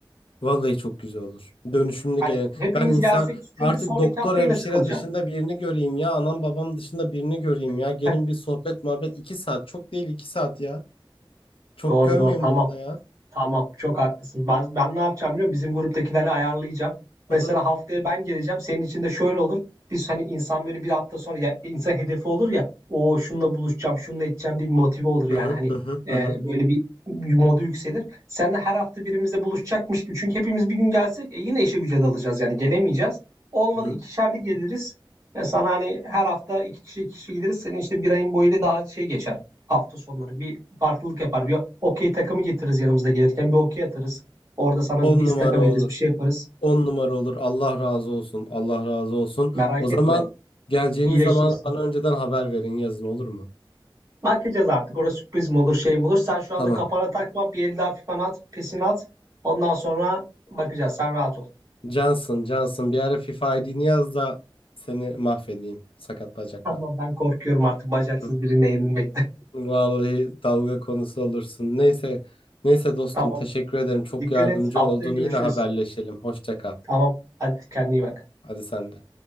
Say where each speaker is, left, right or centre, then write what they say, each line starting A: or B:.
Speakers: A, on the left (about 85°); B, on the right (about 35°).
A: Vallahi çok güzel olur. Dönüşümlü
B: Hani
A: gelin.
B: hepimiz
A: Ben insan
B: gelsek çünkü
A: artık
B: sonraki
A: doktor
B: hafta
A: hemşire
B: yine sıkılacak.
A: dışında birini göreyim ya. Anam babam dışında birini göreyim ya.
B: <laughs>
A: Gelin bir sohbet muhabbet iki saat. Çok değil iki saat ya. Çok
B: Doğru
A: görmeyin
B: doğru tamam.
A: bunda ya.
B: Tamam, çok haklısın. Ben, ben ne yapacağım biliyor musun? Bizim gruptakileri ayarlayacağım.
A: Hı
B: Mesela
A: hı.
B: haftaya ben geleceğim. Senin için de şöyle olur. Biz hani insan böyle bir hafta sonra ya, insan hedefi olur ya. O şununla buluşacağım, şununla edeceğim diye bir motive olur yani.
A: Hı hı
B: Hani
A: hı hı
B: e,
A: hı hı.
B: böyle bir, modu yükselir. Seninle her hafta birimizle buluşacakmış gibi. Çünkü hepimiz bir gün gelsek e, yine işe güce dalacağız yani gelemeyeceğiz. Olmadı
A: hı.
B: ikişerli geliriz. E, sana hani her hafta iki kişi iki kişi gideriz. Senin işte bir ayın boyuyla daha şey geçer hafta sonları bir farklılık yapar. Bir okey takımı getiririz yanımızda gelirken bir okey atarız. Orada sana
A: On
B: bir istaka
A: numara
B: veririz
A: olur.
B: bir şey yaparız.
A: On numara olur. Allah razı olsun. Allah razı olsun.
B: Merak
A: O zaman
B: etme
A: geleceğiniz
B: iyileşeceksin.
A: zaman bana önceden haber verin yazın olur mu?
B: Bakacağız artık orada sürpriz mi olur şey mi olur. Sen şu anda
A: Tamam.
B: kafana takma bir el daha fifan at pesini at. Ondan sonra bakacağız sen rahat ol.
A: Johnson Johnson bir ara FIFA ID'ni yaz da seni mahvedeyim. Sakat bacakla.
B: Tamam ben korkuyorum artık bacaksız
A: Hı.
B: birine yenilmekte.
A: Vallahi dalga konusu olursun. Neyse, neyse
B: <laughs>
A: dostum
B: Tamam
A: teşekkür ederim. Çok
B: dikkat
A: yardımcı
B: et haftaya
A: oldun.
B: görüşürüz.
A: Yine haberleşelim. Hoşça kal.
B: Tamam hadi kendine iyi bak.
A: Hadi sen de.